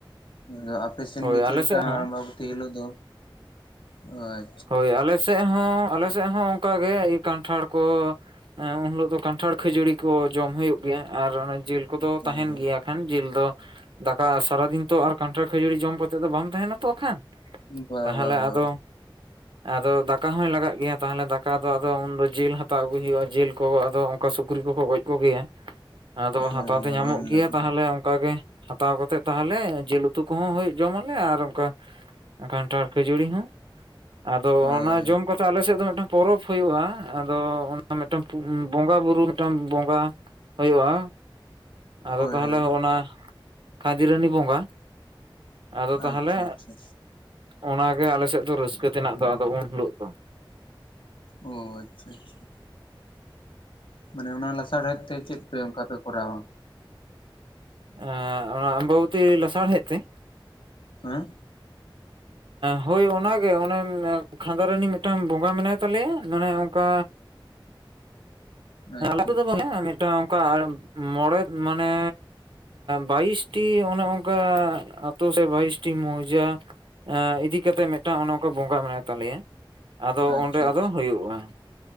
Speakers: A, on the left; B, on the right.
A: ᱟᱫᱚ ᱟᱯᱮ ᱥᱮᱫ
B: ᱦᱳᱭ
A: ᱜᱮ ᱪᱮᱫ
B: ᱟᱞᱮ
A: ᱞᱮᱠᱟ
B: ᱥᱮᱫ ᱦᱚᱸ
A: ᱟᱢᱵᱟᱵᱤᱛᱤ ᱦᱤᱞᱳᱜ ᱫᱚ ᱦᱳᱭ
B: ᱦᱳᱭ ᱟᱞᱮ ᱥᱮᱫ ᱦᱚᱸ ᱟᱞᱮ ᱥᱮᱫ ᱦᱚᱸ ᱚᱱᱠᱟᱜ ᱜᱮ ᱤᱭᱟᱹ ᱠᱟᱱᱴᱷᱟᱲ ᱠᱚ ᱮᱸ ᱩᱱ ᱦᱤᱞᱳᱜ ᱫᱚ ᱠᱟᱱᱴᱷᱟᱲ ᱠᱷᱟᱹᱡᱟᱹᱲᱤ ᱠᱚ ᱡᱚᱢ ᱦᱩᱭᱩᱜ ᱜᱮᱭᱟ ᱟᱨᱮ ᱡᱤᱞ ᱠᱚᱫᱚ
A: ᱦᱳᱭ
B: ᱛᱟᱦᱮᱱ
A: ᱦᱳᱭ
B: ᱜᱮᱭᱟ ᱠᱷᱟᱱ ᱡᱤᱞ ᱫᱚ ᱫᱟᱠᱟ ᱥᱟᱨᱟᱫᱤᱱ ᱛᱚ ᱟᱨ ᱠᱟᱱᱴᱷᱟᱲ ᱠᱷᱟᱹᱡᱟᱹᱲᱤ ᱡᱚᱢ ᱠᱟᱛᱮᱫ ᱫᱚ ᱵᱟᱝ ᱛᱟᱦᱮᱱᱟ ᱛᱚ ᱠᱷᱟᱱ
A: ᱵᱟ
B: ᱛᱟᱦᱚᱞᱮ
A: ᱵᱟ ᱵᱟ
B: ᱟᱫᱚ ᱟᱫᱚ ᱫᱟᱠᱟ ᱦᱚᱸᱭ ᱞᱟᱜᱟᱜ ᱜᱮᱭᱟ ᱛᱟᱦᱚᱞᱮ ᱫᱟᱠᱟ ᱫᱚ ᱟᱫᱚ ᱩᱱᱫᱚ ᱡᱤᱞ ᱦᱟᱛᱟᱣ ᱟᱹᱜᱩᱭ ᱦᱩᱭᱩᱜᱼᱟ ᱡᱤᱞ ᱠᱚ ᱟᱫᱚ ᱠᱟ ᱥᱩᱠᱨᱤ ᱠᱚᱠᱚ ᱜᱚᱡ ᱠᱚᱜᱮᱭᱟ ᱟᱫᱚ
A: ᱦᱳᱭ ᱦᱳᱭ
B: ᱦᱟᱛᱟᱣ ᱫᱚ ᱧᱟᱢᱚᱜ
A: ᱮᱢ
B: ᱜᱮᱭᱟ
A: ᱞᱮᱫ
B: ᱛᱟᱦᱚᱞᱮ ᱚᱱᱠᱟᱜ ᱜᱮ ᱦᱟᱛᱟᱣ ᱠᱟᱛᱮᱫ ᱛᱟᱦᱚᱞᱮ ᱡᱤᱞ ᱩᱛᱩ ᱠᱚᱦᱚᱸ ᱡᱚᱢ ᱟᱞᱮ ᱟᱨ ᱚᱱᱠᱟ ᱠᱟᱱᱴᱟᱨ ᱠᱷᱟᱹᱡᱩᱨᱤ ᱦᱚᱸ ᱟᱫᱚ
A: ᱦᱳᱭ
B: ᱚᱱᱟ ᱡᱚᱢ ᱠᱟᱛᱮ ᱟᱞᱮᱥᱮᱫ ᱫᱚ ᱢᱤᱫᱴᱟᱝ ᱯᱚᱨᱚᱵᱽ ᱦᱩᱭᱩᱜᱼᱟ ᱟᱫᱚ ᱢᱤᱫᱴᱟᱝ ᱵᱚᱸᱜᱟ ᱵᱩᱨᱩ ᱢᱤᱫᱴᱟᱝ ᱵᱚᱸᱜᱟ ᱦᱳᱭᱳᱜᱼᱟ ᱟᱫᱚ
A: ᱦᱳᱭ
B: ᱛᱟᱦᱚᱞᱮ
A: ᱦᱳᱭ
B: ᱦᱚᱸᱜᱼ ᱱᱟ ᱠᱷᱟᱫᱤᱨᱟᱱᱤ ᱵᱚᱸᱜᱟ ᱟᱫᱚ ᱛᱟᱦᱚᱞᱮ
A: ᱟᱪᱪᱷᱟ ᱟᱪᱪᱷᱟ
B: ᱚᱱᱟᱜᱮ ᱟᱞᱮ ᱥᱮᱫ ᱫᱚ ᱨᱟᱹᱥᱠᱟᱹ ᱛᱮᱱᱟᱜ ᱫᱚ ᱟᱫᱚ ᱩᱱ ᱦᱤᱞᱳᱜ ᱫᱚ
A: ᱚ ᱟᱪᱪᱷᱟ ᱟᱪᱪᱷᱟ ᱢᱟᱱᱮ ᱚᱱᱟ ᱞᱟᱥᱟᱲᱦᱮᱫ ᱛᱮ ᱪᱮᱫ ᱯᱮ ᱚᱱᱠᱟ ᱯᱮ ᱠᱚᱨᱟᱣᱟ
B: ᱚᱱᱟ ᱟᱢᱵᱟᱵᱚᱛᱤ ᱞᱟᱥᱟᱲᱦᱮᱫ ᱛᱮ
A: ᱦᱮᱸ
B: ᱦᱳᱭ ᱚᱱᱟᱜᱮ ᱚᱱᱮ ᱠᱷᱟᱸᱫᱟᱨᱟᱱᱤ ᱢᱤᱫᱴᱟᱝ ᱵᱚᱸᱜᱟ ᱢᱮᱱᱟᱭ ᱛᱟᱞᱮᱭᱟ ᱢᱟᱱᱮ ᱚᱱᱠᱟ
A: ᱟᱪᱪᱷᱟ
B: ᱟ ᱫᱚ
A: ᱟᱪᱪᱷᱟ
B: ᱵᱟᱝ ᱢᱤᱫᱴᱟᱝ ᱚᱱᱠᱟ ᱢᱚᱲᱮ ᱢᱟᱱᱮ ᱵᱟᱭᱤᱥᱴᱤ ᱚᱱᱮ ᱚᱱᱠᱟ ᱟᱛᱳ ᱥᱮᱫ ᱵᱟᱭᱤᱥᱴᱤ ᱢᱳᱡᱟ ᱤᱫᱤ ᱠᱟᱛᱮᱜ ᱢᱤᱫᱴᱟᱝ ᱚᱱᱮ ᱚᱱᱠᱟ ᱵᱚᱸᱜᱟ ᱢᱮᱱᱟᱭ ᱛᱟᱞᱮᱭᱟ ᱟᱫᱚ
A: ᱟᱪᱪᱷᱟ
B: ᱚᱸᱰᱮ ᱟᱫᱚ
A: ᱟᱪᱪᱷᱟ
B: ᱦᱩᱭᱩᱜᱼᱟ ᱾